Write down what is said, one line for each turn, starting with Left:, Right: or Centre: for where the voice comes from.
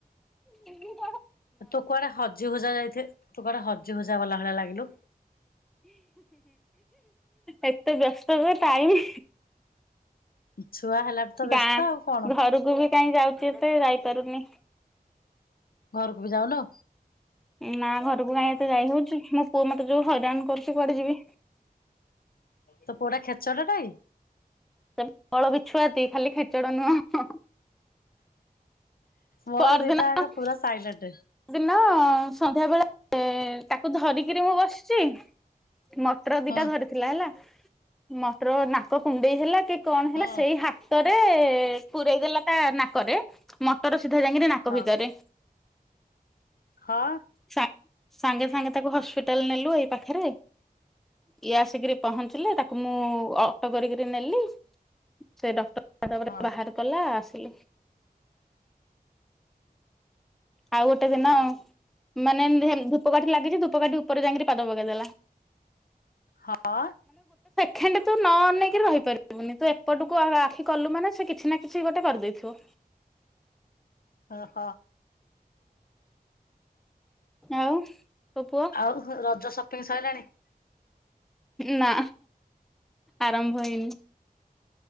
Centre: <unintelligible>
Left: ତୁ କୁଆଡେ ହଜି ହୁଜା ଯାଇଥେ, ତୁ କୁଆଡେ ହଜି ଜି ହୁଜା ଗଲା ଭଳିଆ ଲାଗିଲୁ।
Centre: ଏତ ବ୍ୟସ୍ତ ଯେ ଟାଇମି
Left: ଛୁଆ ହେଲାଠୁ ତ ବ୍ୟସ୍ତ
Centre: ଗାଁ
Left: ଆଉ କଣ
Centre: ଘରକୁ ବି କାଇଁ ଯାଉଚି ତେ ଯାଇ ପାରୁନି।
Left: ଘରକୁ ବି ଯାଉନ?
Centre: ନା ଘରକୁ କାଇଁ ଏତେ ଯାଇ ହଉଚି ମୋ ପୁଅ ମୋତେ ଯୋଉ ହଇରାଣ କରୁଛି କୁଆଡେ ଯିବି।
Left: ତୋ ପୁଅଟା ଖେଚଡ ଟାକି?
Centre: <inaudible> ବଳ ବିଛୁଆତି ଖାଲି ଖେଚଡ ନୁହଁ।
Left: ମୋର
Centre: ପର
Left: ଦିଟା
Centre: ଦିନ
Left: ଯାକ
Centre: ପର
Left: ପୁରା ସାଇଲେଣ୍ଟ
Centre: ଦିନ ସନ୍ଧ୍ୟା ବେଳେ ଏ ଏ ତାକୁ ଧରିକିରି ମୁଁ ବସିଛି ମଟର ଦିଟା
Left: ହୁଁ
Centre: ଧରିଥିଲା ହେଲା ମଟର ନାକ କୁଣ୍ଡେଇ ହେଲା କି କଣ
Left: ହୁଁ
Centre: ହେଲା ସେଇ ହାତ ସେ ପୁରେଇ ଦେଲା ତା ନାକରେ ମଟର ସୁ ସିଧା ଯାଇକିରି ନାକ
Left: ହଁ
Centre: ଭିତରେ।
Left: ହଁ।
Centre: ସା ସାଙ୍ଗେ ସାଙ୍ଗେ ତ ତାକୁ ହସ୍ପିଟାଲ୍ ନେଲୁ ଏଇ ପାଖରେ, ଇଏ ଆସିକିରି ପହଞ୍ଚିଲେ, ତାକୁ ମୁଁ ଅଟୋ କରିକରି ନେଲି। ସେ ଡକ୍ଟର୍ ତାପରେ
Left: ହଁ।
Centre: ବାହାର କଲା ଆସିଲି। ଆଉ ଗୋଟେ ଦିନ ମାନେ ଧେନ୍ ଧୂପକାଠି ଲାଗିଚି, ଧୂପକାଠି ଉପରେ ଯାଇକିରି ପାଦ ପକେଇଦେଲା।
Left: ହଁ।
Centre: ଖେଣ୍ଡେ ତୁ ନ ଅନେଇକି ରହିପାରିବୁନି ତୁ ଏପଟକୁ ଆ, ଆଖି କଲୁ ମାନେ ସେ କିଛି ନା କିଛି ଗୋଟେ କରିଦେଇଥିବ।
Left: ଓହୋ!
Centre: ଆଉ ତୋ ପୁଅ
Left: ଆଉ ହ-ରଜ ସପିଙ୍ଗ ସଇଲାଣି?
Centre: ନା ଆରମ୍ଭ ହେଇନି।